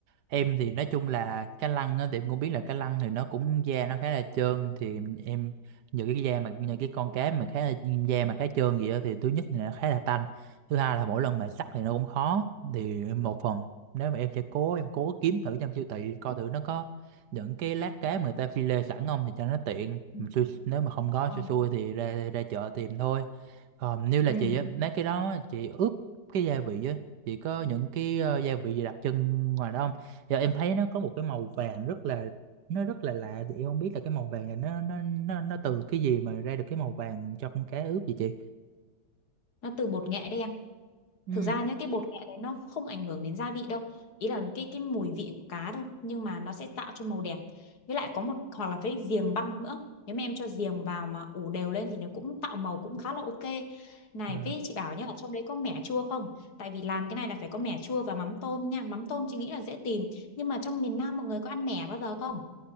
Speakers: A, on the right; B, on the left.
A: em thì nói chung là cá lăng á, thì em cũng biết là cá lăng thì nó cũng da nó khá là trơn thì em em- những cái da mà những cái con cá mà khá là da mà khá trơn gì đó thì thứ nhất là nó khá là tanh thứ hai là mỗi lần mà sắc thì nó cũng khó thì em một phần nếu mà em sẽ cố em cố kiếm thử trong siêu thị coi thử nó có những cái lát cá mà người ta phi lê sẵn không thì cho nó tiện
B: Ừ.
A: Mà xui- nếu mà không có
B: Ờ.
A: xui xui thì ra ra chợ tìm thôi còn như là
B: Ừ.
A: chị á, mấy cái đó chị ướp cái gia vị á, Chị có những cái ờ, gia vị gì đặc trưng ngoài đó không? Giờ em thấy nó có một cái màu vàng rất là nó rất là lạ thì em không biết là cái màu vàng này nó nó nó nó từ cái gì mà ra được cái màu vàng cho con cá ướp vậy chị?
B: nó từ bột nghệ đen
A: Ừ.
B: thực ra nhá cái bột nghệ đấy nó không ảnh hưởng đến gia vị đâu ý là cái cái mùi vị của cá đâu nhưng mà nó sẽ tạo cho màu đẹp với lại có một hoặc là với giềng băng nữa nếu mà em cho giềng vào mà ủ đều lên thì nó cũng tạo màu cũng khá là ok này
A: Ờ,
B: với chị bảo nhá ở trong đấy có mẻ chua không tại vì làm cái này là phải có mẻ chua và mắm tôm nha mắm tôm chị nghĩ là dễ tìm nhưng mà trong miền Nam mọi người có ăn mẻ bao giờ không